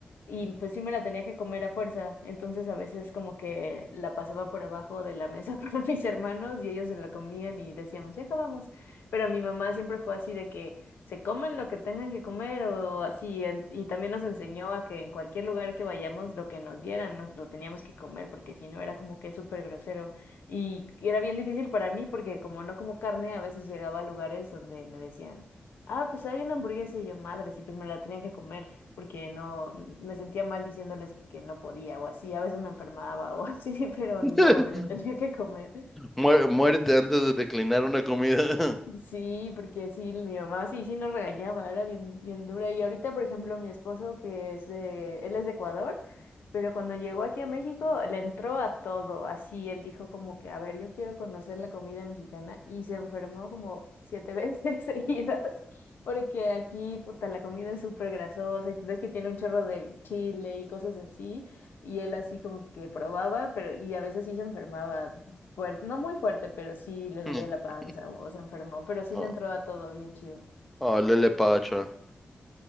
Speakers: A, on the left (about 85°); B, in the centre.
A: Y pues sí me la tenía que comer a fuerza, entonces a veces como que la pasaba por abajo de la mesa <laughs> para mis hermanos y ellos se la comían y decíamos, ya acabamos. Pero mi mamá siempre fue así de que se comen lo que tengan que comer o así. en- Y también nos enseñó a que en cualquier lugar que vayamos, lo que nos dieran, nos lo teníamos que comer, porque si no era como que súper grosero. Y era bien difícil para mí, porque como no como carne, a veces llegaba a lugares donde me decían, ah, pues hay una hamburguesa y yo, madres, y pues me la tenía que comer, porque no, me sentía mal diciéndoles que no podía o así. A veces me enfermaba o <laughs> así, pero
B: <laughs>
A: ni modo, me lo tenía que comer.
B: Mué- muérete antes de declinar una comida.
A: Sí, porque sí, mi mamá sí, sí nos regañaba, era bien, bien dura. Y ahorita, por ejemplo, mi esposo, que es de, él es de Ecuador, pero cuando llegó aquí a México, le entró a todo, así, él dijo como que, a ver, yo quiero conocer la comida mexicana, y se enfermó como siete <laughs> veces seguidas, porque aquí, puta, la comida es súper grasosa, y ves que tiene un chorro de chile y cosas así, y él así como que probaba, pero, y a veces sí se enfermaba fuerte, no muy fuerte, pero sí le
B: <laughs>
A: dolía la panza o se enfermó, pero sí
B: Oh,
A: le entró a todo bien chido.
B: oh, lele pacha.